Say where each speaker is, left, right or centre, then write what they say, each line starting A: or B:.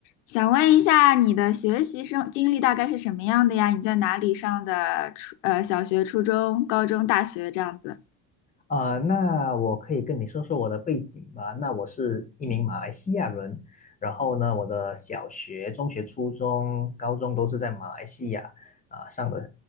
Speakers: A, on the left (about 90°); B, on the left (about 20°).
A: 想问一下，你的学习生经历大概是什么样的呀？你在哪里上的初呃小学、初中、高中、大学这样子？
B: 啊、那我可以跟你说说我的背景吧。那我是一名马来西亚人，然后呢，我的小学、中学、初中、高中都是在马来西亚啊、上的